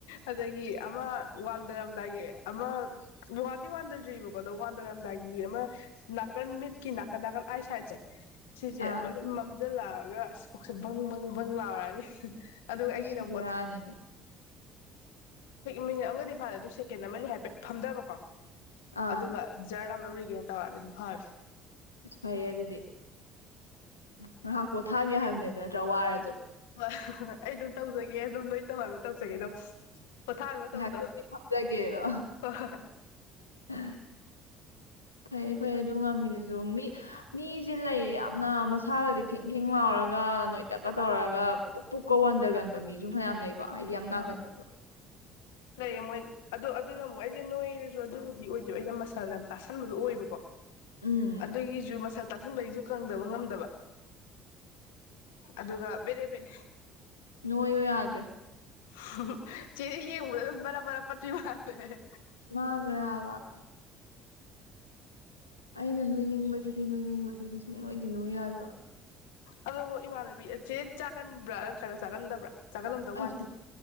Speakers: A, on the left; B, on the left.
A: ꯑꯗꯒꯤ ꯑꯃ ꯋꯥꯟꯗꯔꯝꯗꯥꯏꯒꯤ ꯑꯃ ꯋꯥꯟꯗꯤ ꯋꯥꯟꯗꯗ꯭ꯔꯤꯔꯤꯕꯕꯀꯣ ꯑꯗꯣ ꯋꯥꯟꯗꯔꯝꯗꯥꯏꯒꯤ ꯑꯃ ꯅꯥꯀꯟ ꯃꯤꯠꯀꯤ ꯅꯥꯀꯟ ꯅꯥꯀꯟ ꯑꯥꯏ ꯁꯥꯏꯠꯁꯦ ꯁꯤꯁꯦ
B: ꯑꯥ
A: ꯂꯣꯏ ꯃꯝꯁꯤꯜꯂꯛꯑꯒ ꯑꯁ ꯀꯣꯛꯁꯦ ꯕꯪ ꯕꯪ ꯕꯪ ꯂꯥꯎꯔꯛꯑꯅꯤ ꯑꯗꯨꯒ ꯑꯩꯒꯤꯅ
B: ꯑꯁ
A: ꯃꯨ
B: ꯕꯦꯔꯥꯅꯤꯅꯦ
A: <unintelligible> ꯃꯤ ꯃꯤꯅꯤꯠ ꯑꯃꯒꯗꯤ ꯐꯥꯔꯦ ꯑꯗꯨ ꯁꯦꯀꯦꯟ ꯑꯃꯅꯤ ꯍꯥꯏꯐꯦꯠ ꯐꯝꯗꯕꯀꯣ
B: ꯑꯥ
A: ꯑꯗꯨꯒ ꯖꯔ ꯂꯥꯎꯅ ꯔꯤꯒꯦꯟ ꯇꯧꯔꯦ ꯑꯗꯨꯝ ꯐꯔꯦ
B: ꯑꯁ ꯐꯩꯌꯦ ꯑꯗꯨꯗꯤ ꯉꯥꯏꯍꯥꯛ ꯄꯣꯊꯥꯒꯦ ꯍꯥꯏꯕꯅꯦꯕ ꯅꯠꯇ꯭ꯔꯥ ꯋꯥꯔꯁꯨ
A: ꯍ ꯍꯥ ꯍꯥ ꯑꯩ ꯑꯗꯨꯝ ꯇꯧꯖꯒꯦ ꯑꯗꯨꯝ ꯃꯣꯏ ꯇꯧꯍꯜꯂꯣ ꯇꯧꯖꯒꯦ ꯑꯗꯨꯝ ꯄꯣꯊꯥꯕ ꯃꯇꯝꯗꯣ
B: ꯉꯥꯏꯍꯥꯛꯇꯪꯗꯤ ꯐꯝꯖꯒꯦꯗꯣ
A: ꯍꯣꯏ ꯍꯣꯏ ꯍꯣꯏ
B: <inaudible> ꯐꯩꯌꯦ ꯐꯩꯌꯦ ꯑꯗꯨ ꯉꯝꯃꯤꯗꯨꯁꯨ ꯃꯤ ꯃꯤꯁꯦ ꯂꯩꯌꯦ ꯌꯥꯝꯅ ꯃꯁꯥꯒꯁꯦ ꯈꯤꯡꯈꯤꯡ ꯂꯥꯎꯔꯒ ꯅꯣꯏꯇꯛꯀ ꯇꯧꯔꯒ ꯄꯨꯛ ꯄꯨꯛꯀ ꯋꯥꯟꯊꯒꯟꯕ ꯃꯤꯁꯨ ꯃꯌꯥꯝ ꯂꯩꯀꯣ ꯍꯥꯏꯗꯤ ꯌꯥꯝ ꯅꯥꯒꯟꯕꯗꯣ
A: ꯎꯝ ꯂꯩꯌꯦ ꯃꯣꯏ ꯑꯗꯨꯗꯣ ꯑꯗꯨꯅ ꯑꯃꯨꯛ ꯑꯩꯁꯦ ꯅꯣꯏꯅꯁꯨ ꯑꯗꯨꯕꯨꯗꯤ ꯑꯣꯏꯗꯣꯏꯕ ꯑꯩꯁꯦ ꯃꯁꯜ ꯌꯥꯝ ꯇꯥꯁꯟꯕꯗꯨꯣ ꯑꯣꯏꯕꯀꯣ
B: ꯎꯝ
A: ꯑꯗꯨꯒꯤꯁꯨꯨ ꯃꯁꯥꯜ ꯇꯥ ꯑꯁꯦꯡꯕꯩꯁꯨ ꯀꯪꯗꯕ ꯉꯝꯗꯕ ꯑꯗꯨꯒ ꯕꯦꯔꯦ ꯕꯦꯔꯦ
B: ꯅꯣꯎ ꯌꯥꯗ꯭ꯔꯦ
A: ꯍꯨ ꯍꯨ ꯆꯦ ꯌꯦꯡꯕꯗ ꯑꯗꯨꯝ ꯕꯔꯥꯕꯔꯥ ꯄꯠꯄꯤ ꯃꯜꯂꯦ ꯍꯦꯍꯦ
B: ꯃꯥꯟꯕꯅꯦ ꯍꯥꯏꯕ ꯑꯩꯅ ꯅꯣꯏꯅꯤꯡꯕꯁꯤꯗꯤ ꯅꯣꯏꯅꯤꯡꯕꯁꯤꯗꯤ ꯁꯨꯡꯅꯣꯏꯗꯤ ꯅꯣꯢꯌꯨ ꯌꯥꯗꯕ
A: ꯑꯗꯨ ꯏꯃꯥꯟꯅꯕꯤ ꯆꯦ ꯆꯥꯒꯟꯕ꯭ꯔꯥ ꯅꯠꯇ꯭ꯔꯒ ꯆꯥꯒꯟꯗꯕ꯭ꯔꯥ ꯆꯥꯒꯜꯂꯝꯗꯧ
B: ꯑꯁ
A: ꯃꯥꯟꯗꯦ